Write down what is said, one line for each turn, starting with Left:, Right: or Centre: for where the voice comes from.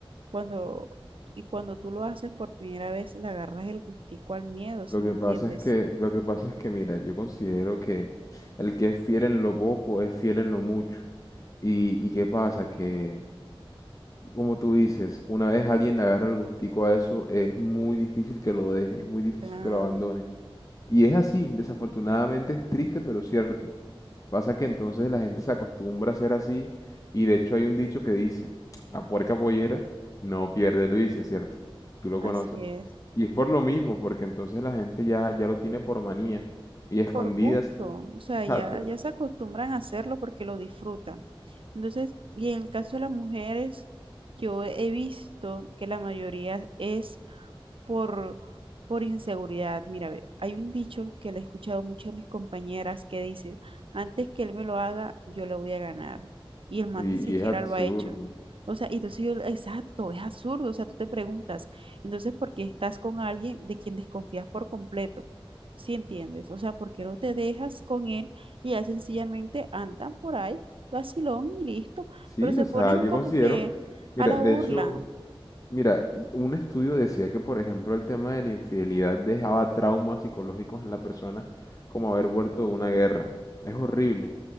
Right: Cuando, y cuando tú lo haces por primera vez, le agarras el gustico al miedo, ¿sí
Left: Lo que
Right: me entiendes?
Left: pasa es que, lo que pasa es que, mira, yo considero que el que es fiel en lo poco es fiel en lo mucho. Y, y qué pasa, que, como tú dices, una vez alguien le agarra el gustico a eso, es muy difícil que lo deje, es muy difícil
Right: Claro,
Left: que lo abandone. Y es así, desafortunadamente es triste, pero cierto. Pasa que entonces la gente se acostumbra a ser así y de hecho hay un dicho que dice, la puerca pollera no pierde el vicio, ¿cierto? Tú lo
Right: así
Left: conoces.
Right: es.
Left: Y es por lo mismo, porque entonces la gente ya, ya lo tiene por manía y escondidas,
Right: por gusto, o sea,
Left: exacto,
Right: ya, ya se acostumbran a hacerlo porque lo disfrutan. Entonces, y en el caso de las mujeres, yo he visto que la mayoría es por, por inseguridad. Mira, ve, hay un dicho que le he escuchado mucho a mis compañeras que dice, antes que él me lo haga, yo le voy a ganar. Y el man
Left: y,
Right: ni siquiera
Left: y es absurdo.
Right: lo ha hecho. O sea, y entonces yo, exacto, es absurdo. O sea, tú te preguntas, entonces, ¿por qué estás con alguien de quien desconfías por completo? ¿Sí entiendes? O sea, ¿por qué no te dejas con él y ya sencillamente andan por ahí, vacilón y listo?
Left: Sí,
Right: Pero se
Left: o sea,
Right: ponen
Left: yo
Right: como
Left: considero,
Right: que
Left: mira,
Right: a la
Left: de
Right: burla.
Left: hecho, mira, un estudio decía que, por ejemplo, el tema de la infidelidad dejaba traumas psicológicos en la persona como haber vuelto de una guerra. Es horrible.